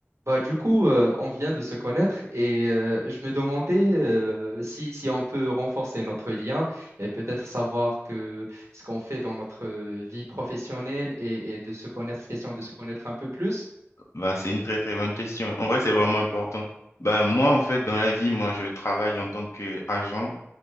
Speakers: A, on the right; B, on the left.
A: Bah, du coup, euh, on vient de se connaître et euh, je me demandais euh, si, si on peut renforcer notre lien et peut-être savoir que ce qu'on fait dans notre vie professionnelle et, et de se connaître, question de se connaître un peu plus.
B: Bah, c'est une très très bonne question. En vrai, c'est vraiment
A: Ouais,
B: important. Bah, moi,
A: ouais.
B: en fait, dans la vie, moi, je travaille en tant qu'agent,